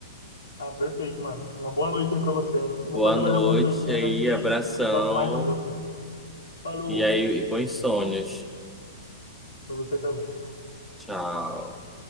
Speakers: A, on the left; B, in the centre.
A: Ah, perfeito, mano. Uma boa noite aí pra você, hein? Eu vou
B: Boa
A: fazer
B: noite
A: mais algumas coisinhas
B: aí,
A: aqui.
B: abração.
A: Logo mais eu vou também. Falou
B: E aí, e bons sonhos.
A: pra você também.
B: Tchau.